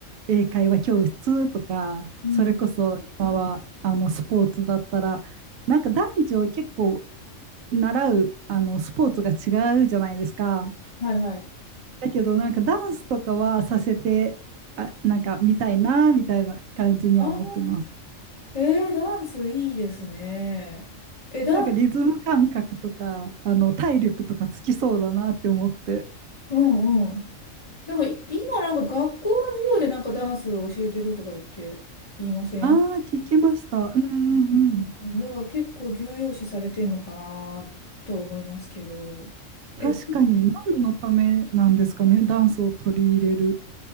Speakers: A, on the right; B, on the left.
A: 英会話教室とか、
B: うん。
A: それこそ今は、あの、スポーツだったら、なんか男女結構習う、あの、スポーツが違うじゃないですか。
B: はいはい。
A: だけど、なんかダンスとかはさせて、あ、なんか見たいな、みたいな感じには思ってます。
B: ああ、えー、ダンスいいですね。え、ダンス、
A: なんかリズム感覚とか、あの、体力とかつきそうだなって思って。
B: うんうん。なんか今なんか学校の授業でなんかダンス教えてるとか言って言いません
A: ああ、聞きました。うんうんうん。
B: うんうんうんだから結構重要視されてんのかなと思いますけど。え、
A: 確かに、何のためなんですかね、ダンスを取り入れる。